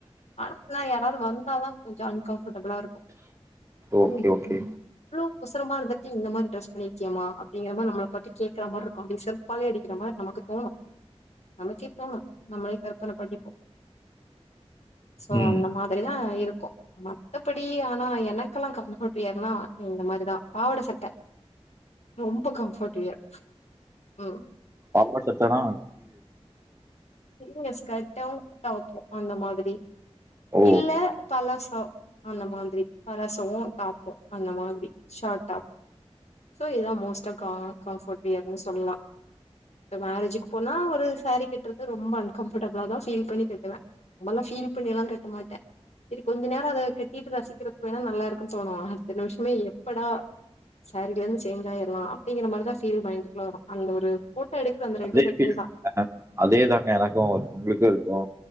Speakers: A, on the left; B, on the right.
A: <unintelligible> அனுப்புனா யாராவது வந் நாதா கொஞ்ஜ அன் கம் டிரபுலா இருக்கும்
B: ஓகே
A: ம்
B: ஓகே
A: அவ்ளோ ஒசரமா இருந்தே இந்த மாரி டிரெஸ் பண்ணிருக்கியேமா அப்டிங்கற மாரி நம்ம பத்தி கேடக்குற மாரி இருக்கு அப்படியே செருப்பால அடிக்கிற மாரி நமக்கு தோணு நமக்கே தோணு நம்மளே <unintelligible> சோ
B: ம்
A: அந்த மாதிரிதா இருக் கு மத்தபடி ஆனா எனக்கெல்லா கம்ஃபர்ட் ஏன்னா இந்த மாரிதா பாவட சட்ட ரொம்ப கம்ஃபோர்ட் <unintelligible> ம்
B: பாம்பு சட்டெனா
A: ங்க ஸ்கர்ட்டு டாப்பு அந்த மாதுரி
B: ஓ
A: இல்ல பலோசா அந்த மாத்ரி பலாசோவு டாப்பு அந்த மாத்ரி ஷார்டா சோ இதா மோஸ்டா கா கம்ஃபோர்ட் வியர்ன்னு சொல்லா இப்ப மேரேஜுக் போனா ஒரு சேரி கட்றத் ரொம்ப அன்கஃபர்டபிளாதா ஃபீல் பண்ணி கட்டுவே கட்டுவ ரொம்பலா ஃபீல் பண்ணி எல்லா கட்ட மாட்ட செரி கொஞ்ச நேர அத கட்டிட்டு ரசிக்கிறதுக்கு வேணா நல்லா இருக்குன்னு தோணு அடுத்த நிமிஷமே எப்படா சேரில இருந்து சேஞ்ச் ஆயிரலா அப்டிங்கிற மாரிதா ஃபீல் மைண்டுக்குள்ள வரு அந்த ஒரு எடுக்குற அந்த ரெண்டு
B: அதே
A: செகண்ட்
B: ஃபீல்
A: தா
B: தான அதேதா எனக்கு ஒரு உங்ளுக்கு இருக்கு